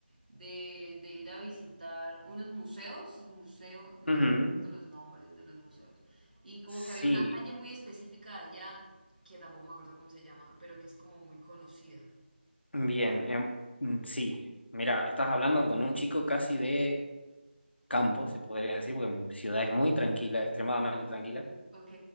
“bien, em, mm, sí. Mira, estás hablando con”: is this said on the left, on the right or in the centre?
Left